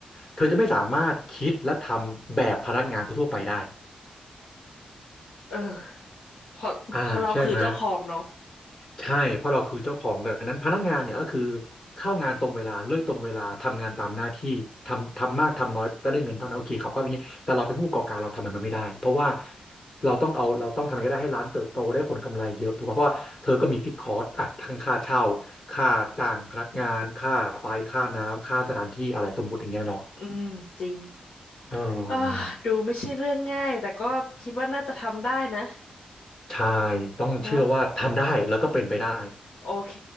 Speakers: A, on the left; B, on the left.
A: เธอจะไม่สามารถคิดและทำแบบพนักงานทั่วๆไปได้
B: เออพอพอเราคือเจ้าของเนาะ
A: อ่าใช่ไหม ใช่เพราะเราคือเจ้าของดังนั้นพนักงานเนี่ยก็คือเข้างานตรงเวลาเลิกตรงเวลาทำงานตามหน้าที่ทำทำมากทำน้อยก็ได้เงินเท่านั้นโอเคเขาก็อย่างนี้แต่เราเป็นผู้ประกอบการเราทำแบบนั้นไม่ได้เพราะว่าเราต้องเอาเราต้องทำยังไงก็ได้ให้ร้านเติบโตได้ผลกำไรเยอะถูกป่ะเพราะว่าเธอก็มีฟิกคอร์สอ่ะทั้งค่าเช่าค่าจ้างพนักงานค่าไฟค่าน้ำค่าสถานที่อะไรสมมุติอย่างเงี้ยเนาะ
B: อืมจริง
A: เออ
B: เออดูไม่ใช่เรื่องง่ายแต่ก็คิดว่าน่าจะทำได้นะ
A: ใช่ต้องเชื่อว่าทำได้แล้วก็เป็นไปได้
B: เนาะโอเค